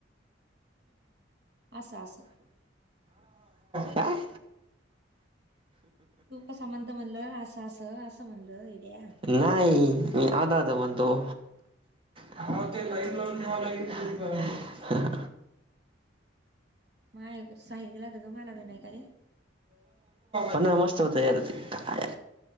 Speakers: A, on the right; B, on the right.
A: असं असं.
B: काय.
A: तू असं म्हणंत म्हणल असं असं असं म्हणल हेद्या.
B: नाही मी आध आता म्हणतो. हा ते लाईन
A: असं
B: लावून
A: नाही
B: नवा लागे करा.
A: माय साितिकलात ग मलागलं नाही का रे.
B: प ना मस्त होत यार ते. काय